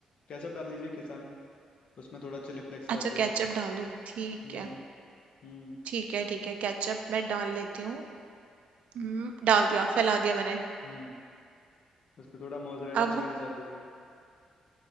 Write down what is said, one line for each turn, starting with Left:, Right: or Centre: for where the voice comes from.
Left: केचप डाल दीजिए किसान उसमें थोड़ा चिली फ्लेक्स डाल
Right: अच्छा
Left: के
Right: केचप डाल दूं ठीक
Left: हम्म
Right: है
Left: हम्म
Right: ठीक है ठीक है केचप मैं डाल लेती हूँ हम्म, डाल दिया फैला दिया मैंने
Left: हम्म उस पे थोड़ा मोजरेला
Right: अब
Left: चीज डाल दीजिए